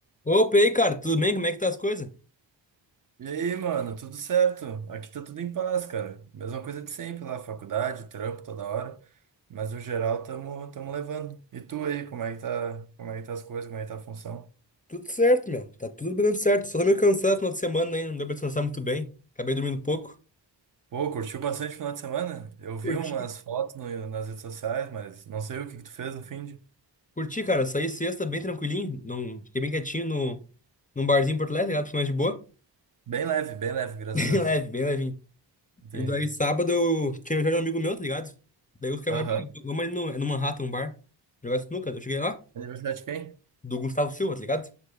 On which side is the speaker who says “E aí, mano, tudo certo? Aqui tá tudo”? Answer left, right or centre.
Right